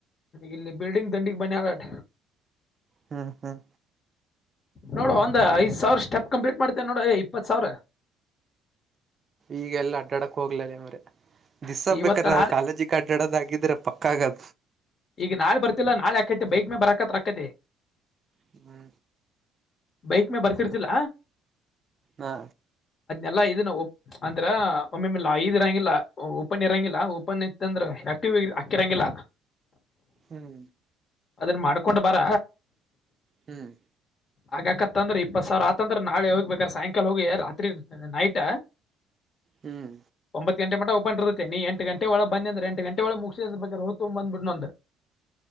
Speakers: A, on the left (about 45°); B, on the right (about 35°).
A: ಇಲ್ಲಿ ಬಿಲ್ಡಿಂಗ್ ದಂಡಿಗ್ ಮನ ಆದ
B: ಹ್ಮ್ ಹ್ಮ್
A: ನೋಡ ಒಂದ್ ಐದ್ ಸಾವಿರ ಸ್ಟೆಪ್ ಕಂಪ್ಲೀಟ್ ಮಾಡ್ತೇನೆ ನೋಡು ಇಪ್ಪತ್ ಸಾವಿರ
B: ಈಗೆಲ್ಲಾ ಅಡ್ಡಾಡಕ್ ಹೋಗ್ಲ ಮ್ರೆ ದಿಸ್ಬೇಕಾರ
A: ಇವತ್ತ ನಾಳೆ
B: ಕಾಲೇಜಕ್ ಅಡ್ಡ ಎಡದ್ ಆಗಿದ್ರೆ ಪಕ್ಕಾಗದ
A: ಈಗ ನಾಳೆ ಬರ್ತಿಲ್ಲಾ ನಾಳೆ ಯಾಕೈತಿ ಬೈಕ್ ಮೇ ಬರಾಕತ್ ಅಕತಿ
B: ಹ್ಮ
A: ಬೈಕ್ ಮೇ ಬರ್ತಿರ್ತಿಲ್ಲ
B: ಹಾ
A: ಎಲ್ಲ ಇದನ್ನ ಅಂದ್ರ ಒಮ್ಮೆಲ್ಲ ಐದು ಇರಂಗಿಲ್ಲ ಓಪನ್ ಇರಂಗಿಲ್ಲ ಓಪನ್ ಇತ್ತ ಅಂದ್ರೆ ಯ ಅಕ್ಕಿರಂಗಿಲ್ಲ
B: ಹ್ಮ್
A: ಅದನ್ನ ಮಾಡ್ಕೊಂಡ ಬರ
B: ಹ್ಮ್
A: ಆಗಕತ್ತಂದ್ರ ಇಪ್ಪತ್ ಸಾವಿರ ಆತಂದ್ರೆ ನಾಳೆ ಹೋಗ್ಬೇಕ್ರ ಸಾಯಂಕಾಲ ಹೋಗಿ ರಾತ್ರಿ ನೈಟ್
B: ಹ್ಮ್
A: ಒಂಬತ್ತು ಗಂಟೆ ಮಟ ಬಿರತ್ತೆ ನೀ ಎಟು ಗಂಟೆ ಒಳ ಬಂದಿ ಅಂದ್ರ ಎಟು ಗಂಟೆ ಒಳ ಮುಗಿಸಿ ಅಂದ್ರ ಬೇಕ್ರ ಹ ತಂಬ್ ಬಂದಬ ಬಿಡ್